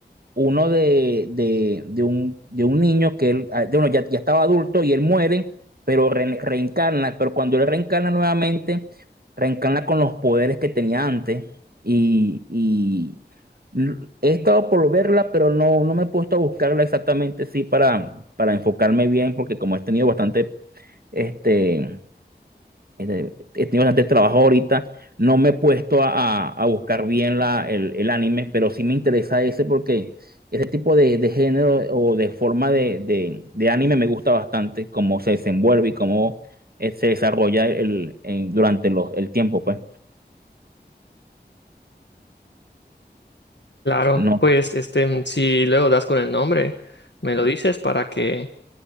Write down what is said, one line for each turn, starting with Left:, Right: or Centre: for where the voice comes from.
Right: uno de, de, de un, de un niño que él, ah, de uno ya, ya estaba adulto y él muere, pero re- reencarna, pero cuando él reencarna nuevamente, reencarna con los poderes que tenía antes. Y, y l- he estado por verla, pero no, no me he puesto a buscarla exactamente, sí, para, para enfocarme bien, porque como he tenido bastante, este este, He tenido bastante trabajo ahorita. No me he puesto a, a- a buscar bien la, el, el anime, pero sí me interesa ese porque ese tipo de, de género o de forma de, de- de anime me gusta bastante, cómo se desenvuelve y cómo eh, se desarrolla el, en- durante los, el tiempo, pues.
Left: Claro,
Right: No,
Left: pues este, mm, si luego das con el nombre, me lo dices para que,